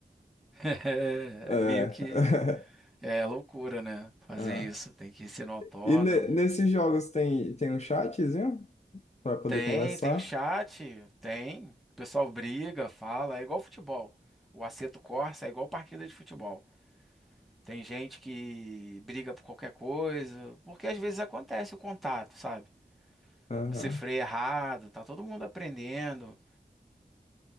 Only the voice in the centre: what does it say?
É,
é meio que
é loucura, né? Fazer
isso, tem que ser no autódromo.
Tem,
tem o chat, tem. O pessoal briga, fala, é igual futebol. O Assetto Corsa é igual partida de futebol. Tem gente que briga por qualquer coisa, porque às vezes acontece o contato, sabe?
Você freia errado, tá todo mundo aprendendo,